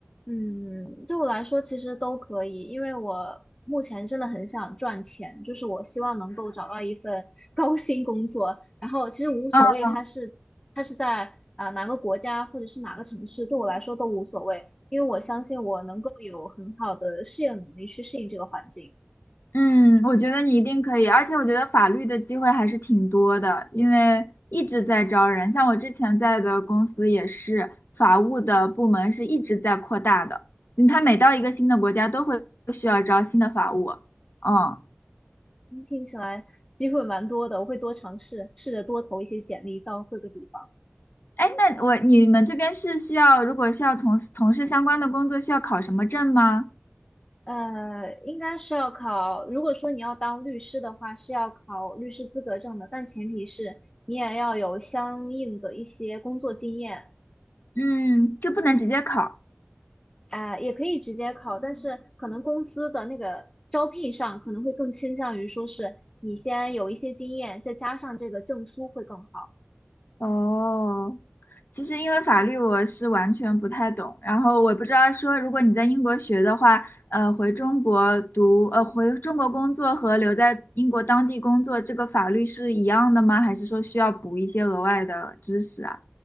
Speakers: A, on the left (about 15°); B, on the left (about 60°).
A: 嗯，对我来说其实都可以，因为我目前真的很想赚钱，就是我希望能够找到一份 <laughs> 高薪工作，然后其实无所谓它是它是在啊、
B: 嗯。
A: 呃哪个国家或者是哪个城市，对我来说都无所谓，因为我相信我能够有很好的适应能力去适应这个环境。
B: 嗯，我觉得你一定可以，而且我觉得法律的机会还是挺多的，因为一直在招人，像我之前在的公司也是，法务的部门是一直在扩大的，嗯它每到一个新的国家都会需要招新的法务。嗯，
A: 嗯听起来机会蛮多的，我会多尝试，试着多投一些简历到各个地方。
B: 哎，那我你们这边是需要，如果是要从从事相关的工作，需要考什么证吗？
A: 呃，应该是要考。如果说你要当律师的话，是要考律师资格证的，但前提是你也要有相应的一些工作经验。
B: 嗯，就不能直接考。
A: 啊、也可以直接考，但是可能公司的那个招聘上可能会更倾向于说是你先有一些经验，再加上这个证书会更好。
B: 哦，其实因为法律我是完全不太懂，然后我不知道说如果你在英国学的话，呃，回中国读，呃，回中国工作和留在英国当地工作，这个法律是一样的吗？还是说需要补一些额外的知识啊？